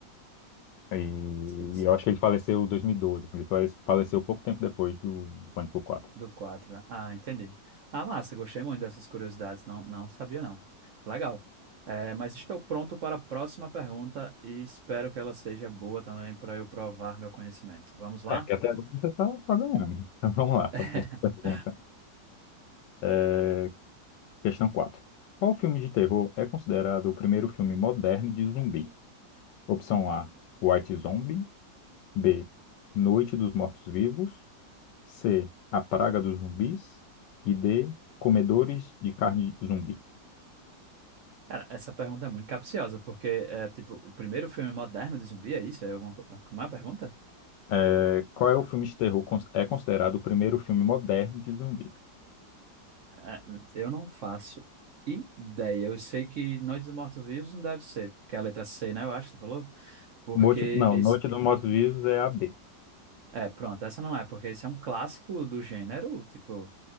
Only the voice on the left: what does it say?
e
e eu acho que ele faleceu em dois mil e doze. assim, Ele falece- faleceu pouco tempo depois do, do Pânico 4.
É, porque até agora você tá, tá ganhando. Então vamos lá, para
a próxima pergunta. É, Questão 4. Qual filme de terror é considerado o primeiro filme moderno de zumbi? Opção A, White Zombie. B, Noite dos Mortos-Vivos. C, A Praga dos Zumbis. E D, Comedores de Carne Zumbi.
É, qual é o filme de terror cons- é considerado o primeiro filme moderno de zumbi?
Morte, não,
Noite dos Mortos-Vivos é a B.